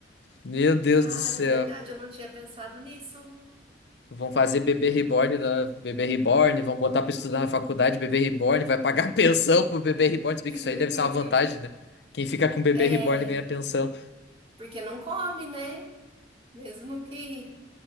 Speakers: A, on the left; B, on the right.
A: Meu Deus
B: Cara,
A: do céu.
B: é verdade, eu não tinha pensado nisso.
A: Vão fazer bebê reborn, da bebê reborn, vão botar pra estudar na faculdade, bebê reborn, vai pagar <laughs> pensão pro bebê reborn. Se bem
B: <laughs>
A: que isso aí deve ser uma vantagem, né? Quem fica com bebê
B: É,
A: reborn ganha pensão.
B: porque não come, né? Mesmo que